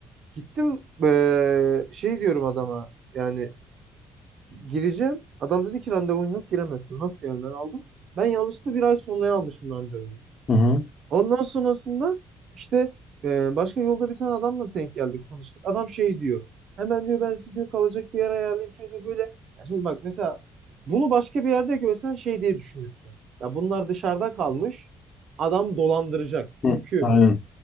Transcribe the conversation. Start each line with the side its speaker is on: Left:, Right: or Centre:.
Right: Gittim e, şey diyorum adama yani gireceğim. Adam dedi ki randevun yok giremezsin. Nasıl yani ben aldım. Ben yanlışlıkla bir ay sonraya almışım randevuyu.
Left: Hı hı.
Right: Ondan sonrasında işte e, başka yolda bir tane adamla denk geldik, tanıştık. Adam şey diyor. Hemen diyor ben size diyor kalacak bir yer ayarlayayım. Çünkü böyle ya şimdi bak mesela bunu başka bir yerde görsen şey diye düşünürsün. Ya bunlar dışarıda kalmış. Adam dolandıracak. Çünkü
Left: Hı. Aynen.